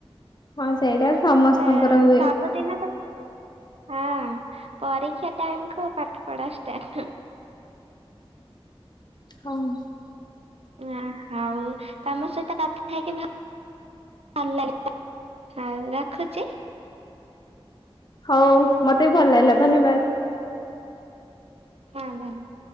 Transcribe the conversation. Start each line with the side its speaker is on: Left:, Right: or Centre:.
Left: ହଁ ସେଇଟା ସମସ୍ତଙ୍କର
Right: ଏ
Left: ହୁଏ।
Right: <unintelligible> ହଁ। ପରୀକ୍ଷା ଟାଇମ୍ କୁ ପାଠ ପଢା ଷ୍ଟାର୍ଟ।
Left: <unintelligible>
Right: ଅଁ ହଉ। ତମ ସହିତ କଥା ହେଇକି ଭ ଭଲ ଲାଗିଲା। ହଉ ରଖୁଚି।
Left: ହଉ ମତେ ବି ଭଲ ଲାଗିଲା ଧନ୍ୟବାଦ।
Right: ହଁ ଧନ୍ୟ